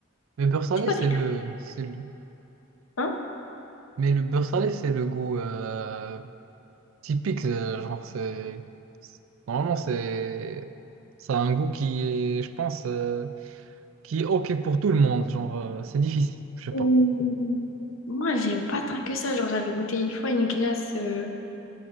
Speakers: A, on the right; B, on the left.
A: Mais beurre salé,
B: C'est quoi,
A: c'est
B: c'est
A: le, c'est le-
B: hein?
A: Mais le beurre salé, c'est le goût. euh, typique, euh, genre c'est normalement c'est ça a un goût qui est, je pense, euh, qui est ok pour tout le monde. Genre euh, c'est difficile, je sais
B: Ouh.
A: pas.
B: Moi, j'aime pas tant que ça. Genre, j'avais goûté une fois une glace. euh,